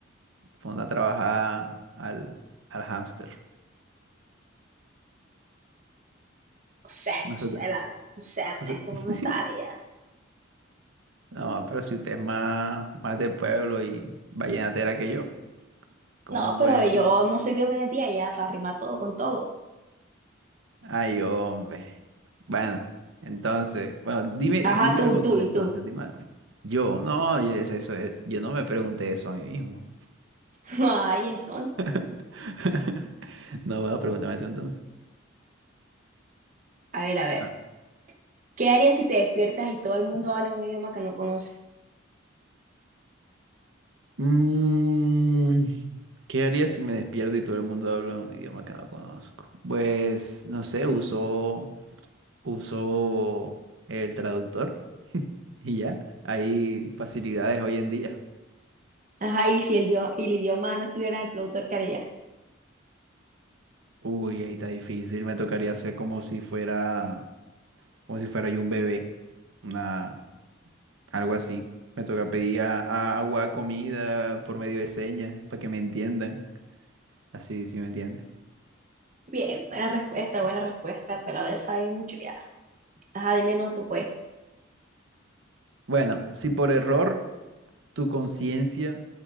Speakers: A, on the right; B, on the right.
A: Ponte a trabajar al, al hámster.
B: No sé, no
A: No
B: sé,
A: sé.
B: la verdad. No sé, Ernesto,
A: No, sé-
B: no me sale
A: <laughs>
B: ya.
A: No, pero si usted es más, más de pueblo y vallenatera que yo, ¿cómo
B: No,
A: me puede
B: pero
A: decir?
B: yo no soy Dios me día ya, para rimar todo con todo.
A: Ay, hombre. Bueno, entonces, bueno, dime,
B: Ajá,
A: dime
B: tú
A: algo
B: y tú
A: tú
B: y
A: entonces,
B: tú.
A: dime algo. Yo, no, yo, es eso, es- yo no me pregunté eso a mí mismo.
B: <laughs> Ay, entonces.
A: <laughs> No va, pregúntame tú entonces.
B: A ver, a ver.
A: Ah.
B: ¿Qué harías si te despiertas y todo el mundo habla un idioma que no conoces?
A: Mm, ¿qué haría si me despierto y todo el mundo habla un idioma que no conozco? Pues, no sé, uso, uso el traductor <laughs> y ya. Hay facilidades hoy en día.
B: Ajá, y si el, dio- y el idioma no estuviera en el traductor, ¿qué harías?
A: Uy, ahí está difícil. Me tocaría hacer como si fuera, como si fuera yo un bebé, una, algo así. Me toca pedir a- a agua, comida por medio de señas para que me entiendan. Así, sí me entiendes.
B: Bien, buena respuesta, buena respuesta, pero de esa hay mucho ya. Ajá, dime no tú pues.
A: Bueno, si por error Tu conciencia